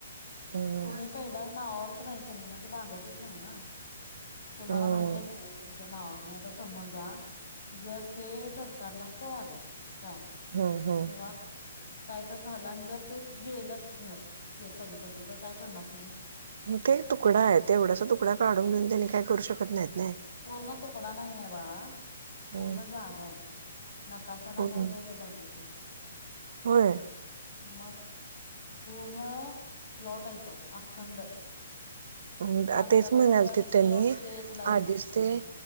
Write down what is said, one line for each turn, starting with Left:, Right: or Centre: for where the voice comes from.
Right: हम्म
Left: तुम्ही पहिला नावावर नाही का नाही, मला बांधायचंच नाही ना, तुम्हाला
Right: हम्म
Left: माहित आहे की नाही, तुमच्या नावावर नाय तर सम्मजा, जर ते सरकारला कळालं, काय
Right: हम्म हम्म
Left: किंवा काय तरी झालं आणि जर ते गेलंच घर, ते पलिकडचं, तर काय करणार तुम्ही?
Right: ते एक तुकडा आहे, तेवढासा तुकडा काढून घेऊन त्यांनी काही करू शकत नाहीत. नाही.
Left: पूर्ण तुकडा नाही आहे बाळा. पूर्ण
Right: ह
Left: जागा आहे. नकाशाला
Right: पूर्ण
Left: नोंद आहे त्या जागेची.
Right: होय
Left: मग पूर्ण प्लाॅट आहे तो, अखंड.
Right: अं
Left: चार
Right: आ तेच
Left: चार
Right: म्हणालं
Left: प्लॉटां
Right: ते त्यांनी,
Left: प्लॉटची एक लाईन
Right: आधीच
Left: आहे
Right: ते
Left: हा.